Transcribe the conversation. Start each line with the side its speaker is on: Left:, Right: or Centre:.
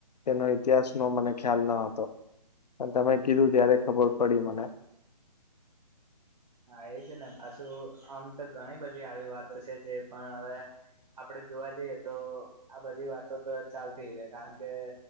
Left: એનો ઈતિહાસ નો મને ખ્યાલ ના હતો પણ તમે કીધું ત્યારે ખબર પડી મને.
Right: હા એજ ને પાછું આમ તો ઘણી બધી આવી વાતો છે જે પણ હવે. આપડે જોવા જઈએ તો આ બધી વાતો તો ચાલતી ર કારણ કે